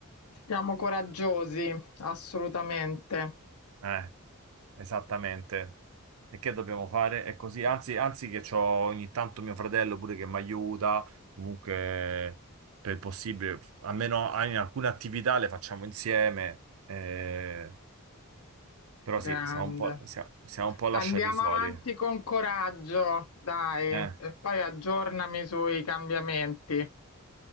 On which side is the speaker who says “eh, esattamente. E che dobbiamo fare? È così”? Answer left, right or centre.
Right